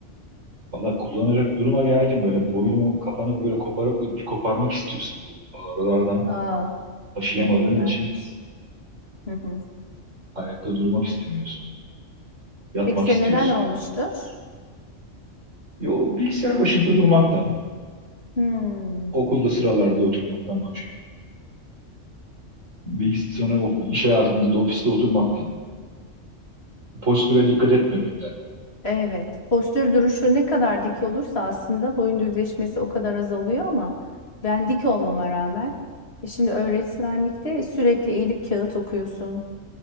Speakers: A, on the right; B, on the left.
A: Valla kullanacak duruma geldim. Böyle boynumu kapanıp böyle koparıp koparmak istiyorsun. Ağrılardan
B: Aa,
A: taşıyamadığın
B: senin de ilerlemiş.
A: için
B: Hı hı.
A: ayakta durmak istemiyorsun. Yatmak
B: Peki senin
A: istiyorsun.
B: neden olmuştur?
A: Yo, bilgisayar başında durmaktan,
B: Hmm.
A: okulda sıralarda oturmaktan başlıyor. Bilgisayar sonra o- iş hayatında da ofiste oturmaktan. Postüre dikkat etmemekten.
B: Evet. Postür duruşu ne kadar dik olursa aslında boyun düzleşmesi o kadar azalıyor ama ben dik olmama rağmen e şimdi öğretmenlikte sürekli eğilip kağıt okuyorsun.